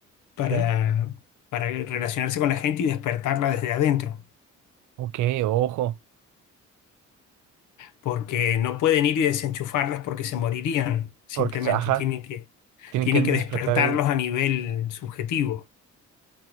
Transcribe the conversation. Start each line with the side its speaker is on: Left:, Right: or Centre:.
Left: para,
Right: ok,
Left: para relacionarse con la gente y despertarla desde adentro,
Right: ok, ojo,
Left: porque no pueden ir y desenchufarlas porque se morirían, simplemente
Right: porque, ajá,
Left: tienen que,
Right: tienen
Left: tienen
Right: que despertar
Left: que despertarlos
Right: el...
Left: a nivel subjetivo.